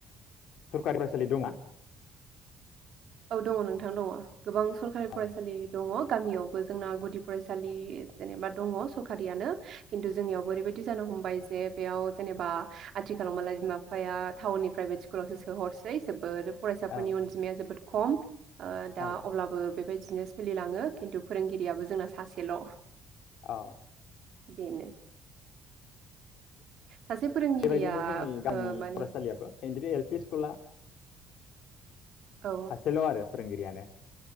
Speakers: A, on the left; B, on the right.
A: सरकारि फरायसालि दंना
B: औ दङ नोंथां दङ गोबां सरकारि फरायसालि
A: औ
B: दङ गामियावबो जोंना गुदि फरायसालि जेनेबा दङ सरकारियानो खिन्थु जोंनियाव बो ओरैबायदि जानो हमबाय जे बेयाव जेनेबा आथिखालाव मालाय बिमा बिफाया टाउननि प्राइभेट स्कुलावसो सोहरसै जोबोद फरायसाफोरनि
A: औ
B: अनजिमाया जोबोद खम ओ दा
A: औ
B: अब्लाबो बेबायदि बिदिनो सोलिलाङो खिन्थु फोरोंगिरियाबो जोंना सासेल'
A: औ
B: बेनो सासे फोरोंगिरिया
A: बेबायदिनो जोंनि गामि
B: ओ माने
A: फरायसालियाबो एनद्रि एल पि स्कुला
B: औ
A: सासेल' आरो फोंरोंगिरियानो